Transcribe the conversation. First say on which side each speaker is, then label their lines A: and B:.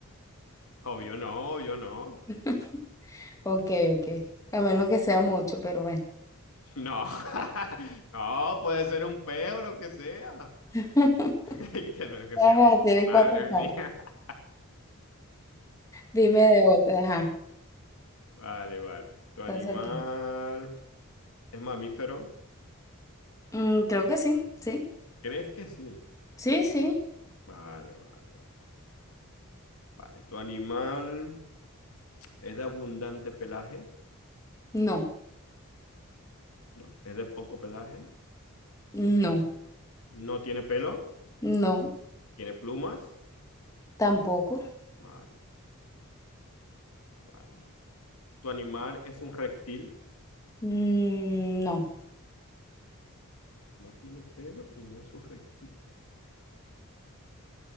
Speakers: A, on the left; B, on the left.
A: Obvio no, obvio no.
B: <laughs> Ok, ok. A menos que sea mucho, pero bueno.
A: No, <laughs> no, puede ser un peo, lo que sea.
B: <laughs>
A: <laughs> Que menos que
B: Ajá,
A: sea mucho.
B: tiene cuatro
A: Madre
B: patas.
A: mía. <laughs>
B: Dime de otra, ajá.
A: Vale, vale. ¿Tu animal
B: ¿Estás aquí?
A: es mamífero?
B: Mm, creo que sí, sí.
A: ¿Crees que sí?
B: Sí, sí.
A: Vale, vale, vale. ¿Tu animal ¿Es de abundante pelaje?
B: No,
A: No. ¿Es de poco pelaje?
B: no,
A: ¿No tiene pelo?
B: no,
A: ¿Tiene plumas?
B: tampoco.
A: Vale, vale. ¿Tu animal es un reptil?
B: Mm, no.
A: No tiene pelo y no es un reptil.